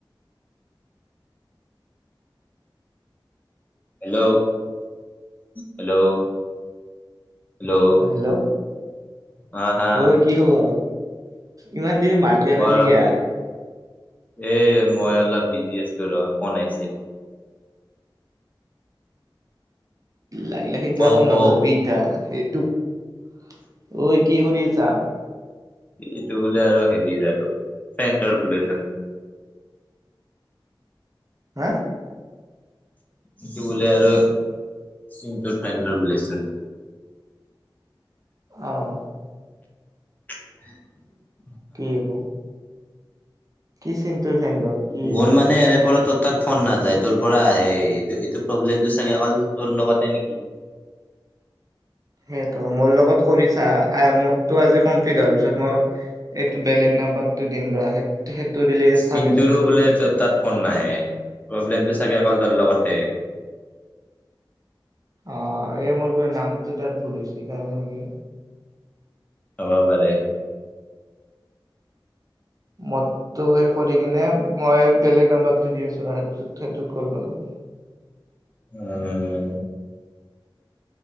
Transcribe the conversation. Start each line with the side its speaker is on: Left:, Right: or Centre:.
Left: Hello hello? Hello
Right: অ' হেল্ল'?
Left: হা হা
Right: অ' কি খবৰ? ইমান দেৰি মাত দিয়া
Left: খবৰ
Right: নাই যে কিয়।
Left: এ মই অলপ বিজি আছিলো ৰ ফোন আহিছিল।
Right: লাগিলা সেইগিলাখন
Left: কও কও
Right: নধৰবিটা সেই। টোক ঐ কি কৰি আছা?
Left: এইটো বোলে আৰু হেৰি আৰু চেণ্টৰ বোলে
Right: হা
Left: ঐইটো বোলে আৰু চিন্তুৰ ফ্ৰেণ্ডৰ বলে চ
Right: অ'
Left: <unintelligible>
Right: কি আক, কি চিন্তুৰ ফ্ৰণ্ডৰ, কি?
Left: মোৰ মানে <unintelligible>
Right: সেইটো মোৰ লগত কৰিছা, মতটো আজি কমপ্লিট হোৱাৰ পিছত মই এইটো বেলেগ নাম্বাৰটো দিম ৰ। সেইটো দিলে চাবিচোন
Left: চিন্তুটোৰো
Right: কি
Left: বোলে
Right: হয়
Left: তাত ফোন নাহে, প্ৰব্লেমটো চাগে তোৰ লগতে
Right: অ' এই মোৰ নামটো তাত ভুল হৈছে সেইকাৰণে নেকি।
Left: হব পাৰে।
Right: মদটো সেই কৰি কিনে মই বেলেগ নাম্বাৰটো দি আছোঁ আৰু সেইটোত সেইটোত গল পালাব
Left: উম